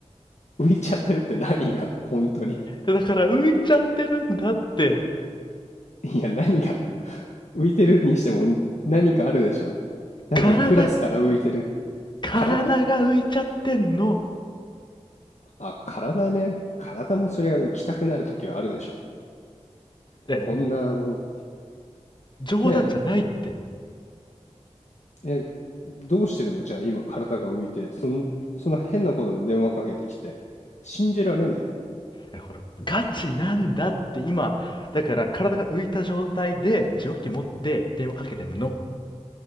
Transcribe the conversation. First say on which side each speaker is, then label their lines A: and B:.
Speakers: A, on the left; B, on the left.
A: 浮いちゃってるって何が本当に。
B: だから浮いちゃってるんだって。
A: いや、何が浮いてるにしても何かあるでしょ。なんかクラスから浮いてる。
B: 体、体が浮いちゃってんの。
A: 体あ、体ね。体もそりゃ浮きたくなる時はあるでしょ。
B: え、
A: こんな、もう、
B: 冗談じゃないって。
A: ねえ。え、どうしてるのじゃあ今体が浮いて、そん、そんな変なことで電話かけてきて。信じられないよ。
B: え、ほら、ガチなんだって今。だから体が浮いた状態で受話器持って電話かけてんの。